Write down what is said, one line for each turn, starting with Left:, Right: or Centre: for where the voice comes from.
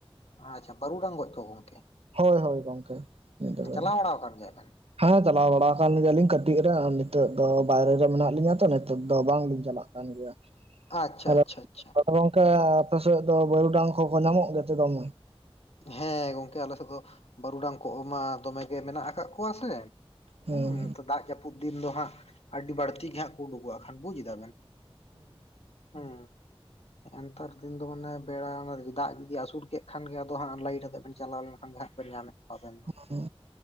Left: ᱟᱪᱷᱟ ᱵᱟᱨᱩᱰᱟᱝ ᱜᱚᱡ ᱠᱚ ᱜᱚᱝᱠᱮ
Right: ᱦᱳᱭ ᱦᱳᱭ ᱜᱚᱝᱠᱮ ᱧᱤᱫᱟᱹ ᱵᱮᱲᱟ
Left: ᱪᱟᱞᱟᱣ ᱵᱟᱲᱟ ᱟᱠᱟᱱ ᱜᱮᱭᱟ ᱵᱮᱱ
Right: ᱦᱮᱸ ᱪᱟᱞᱟᱣ ᱵᱟᱲᱟ ᱟᱠᱟᱱ ᱜᱮᱭᱟᱞᱤᱧ ᱠᱟᱹᱴᱤᱡ ᱨᱮ ᱱᱤᱛᱚᱜ ᱫᱚ ᱵᱟᱭᱨᱮ ᱨᱮ ᱢᱮᱱᱟᱜ ᱞᱤᱧᱟ ᱛᱚ ᱱᱤᱛᱚᱜ ᱫᱚ ᱵᱟᱝᱞᱤᱧ ᱪᱟᱞᱟᱜᱼᱟ ᱠᱟᱱ ᱜᱮᱭᱟ
Left: ᱟᱪᱪᱷᱟ
Right: ᱛᱟᱦᱞᱮ
Left: ᱟᱪᱪᱷᱟ ᱟᱪᱪᱷᱟ
Right: ᱛᱟᱦᱞᱮ ᱜᱚᱝᱠᱮ ᱟᱯᱮ ᱥᱮᱫ ᱫᱚ ᱵᱟᱹᱨᱩᱰᱟᱝ ᱠᱚ ᱠᱚ ᱧᱟᱢᱚᱜ ᱜᱮᱛᱚ ᱥᱮ ᱵᱟᱝ
Left: ᱦᱮᱸ ᱜᱚᱝᱠᱮ ᱟᱞᱮᱥᱮᱫ ᱫᱚ ᱵᱟᱹᱨᱩᱰᱟᱝ ᱠᱚ ᱢᱟ ᱫᱚᱢᱮ ᱜᱮ ᱢᱮᱱᱟᱜ ᱟᱠᱟᱫ ᱠᱚᱣᱟ ᱥᱮ
Right: ᱦᱩᱸ
Left: ᱦᱮᱸ ᱫᱟᱜ ᱡᱟᱹᱯᱩᱫ ᱫᱤᱱ ᱫᱚ ᱦᱟᱸᱜ ᱟᱹᱰᱤ ᱵᱟᱹᱲᱛᱤ ᱜᱮ ᱦᱟᱸᱜ ᱠᱚ ᱩᱰᱩᱠᱚᱜ-ᱟ, ᱦᱟ ᱵᱩᱡᱽ ᱫᱟᱵᱮᱱ ᱦᱩᱸ ᱱᱮᱛᱟᱨ ᱫᱤᱱ ᱫᱚ ᱢᱟᱱᱮ ᱵᱮᱲᱟ ᱫᱟᱜ ᱡᱩᱫᱤ ᱟᱹᱥᱩᱨ ᱠᱮᱫ ᱠᱷᱟᱱ ᱜᱮ ᱫᱩ ᱦᱟᱸᱜ ᱞᱟᱹᱭᱤᱰ ᱟᱛᱮᱫᱵᱤᱱ ᱪᱟᱞᱟᱣ ᱞᱮᱱ ᱠᱷᱟᱱ ᱦᱟᱸᱜ ᱵᱤᱱ ᱧᱟᱢᱮᱫ ᱠᱚᱣᱟ ᱟᱵᱮᱱ ᱫᱚ
Right: ᱦᱮᱸ